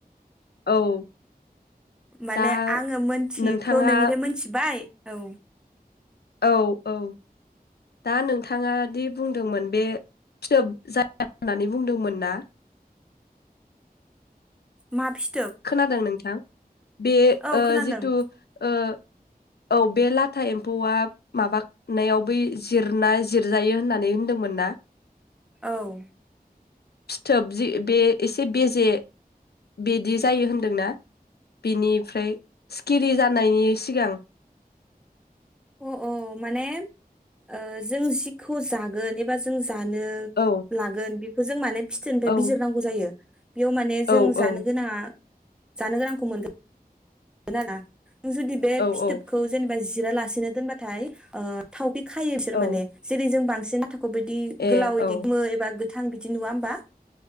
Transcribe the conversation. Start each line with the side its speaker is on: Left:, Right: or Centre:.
Left: औ
Centre: माने
Left: दा
Centre: आङो मोनथिखौ
Left: नोंथाङा
Centre: नोंनिफ्राय मोनथिबाय। औ
Left: औ-औ दा नोंथाङादि बुंदोंमोन बे फिथोब जाया होननानै बुंदोंमोन ना।
Centre: मा फि
Left: खोनादों नोंथां। बे
Centre: औ
Left: ओ
Centre: खोनादों
Left: जिथु ओ औ बे लाथा एम्फौआ माबा नायाव बै जिरना जिरजायो होननानै होन्दोंमोन ना।
Centre: औ।
Left: फिथोब जि बे एसे बेजे बेदि जायो होन्दोंना बिनिफ्राय सिखिरि जानायनि सिगां।
Centre: अ अ माने ओ जों जिखौ जागोन एबा जों दानो
Left: औ
Centre: लागोन बि खो जों माने फिथोनिफाय
Left: औ
Centre: बिजिरनांगौ जायो। बियाव माने
Left: औ
Centre: जों जानो
Left: औ
Centre: गोनांङा। जानो गोनांखौ मोनगोन आरो ना नों जुदि बे
Left: औ
Centre: फिथोबखौ
Left: औ
Centre: जेनेबा जिरा ला सिनो दोनबाथाय ओ थाव बि खायो बिसोर
Left: औ
Centre: माने जेरै जों बां सिन बिदि
Left: ए
Centre: गोलाव इदि
Left: औ
Centre: मोनो एबा थां बिदि नुवा होमबा।